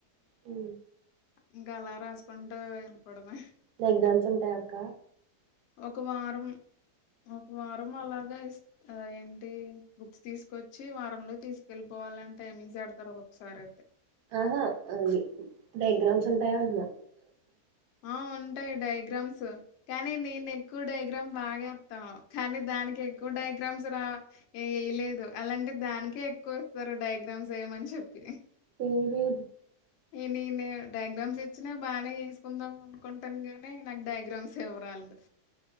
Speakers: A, on the right; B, on the left.
A: ఉ
B: ఇంకా అలా రాసుకుంటూ వెళ్ళిపోవడమే
A: డైగ్రామ్స్ ఉంటాయ అక్క
B: ఒక వారం ఒక వారం అలాగా ఇస్ ఏంటి బుక్స్ తీసుకొచ్చి వారంలో తీసుకెళ్ళిపో పోవాలంటే టైమింగ్సేపెడతారు ఒకొక్కసారి అయి
A: ఆహా అది డయాగ్రామ్స్ ఉంటాయా అన్న
B: ఆ ఉంటాయి డయాగ్రామ్స్ కానీ నేను ఎక్కువ డయాగ్రామ్ బాగేత్త కానీ దానికి ఎక్కువ డయాగ్రామ్స్ రా వేయలేదు అలాంటి దానికే ఎక్కువ ఇస్తరు డయాగ్రామ్స్ వేయమని చెప్పి
A: ఉహు
B: నేనే డయాగ్రామ్స్ ఇచ్చినా బానే చేసుకుందాం అనుకుంటాను గానీ నాకు డయాగ్రామ్స్ ఎవరాల <inaudible>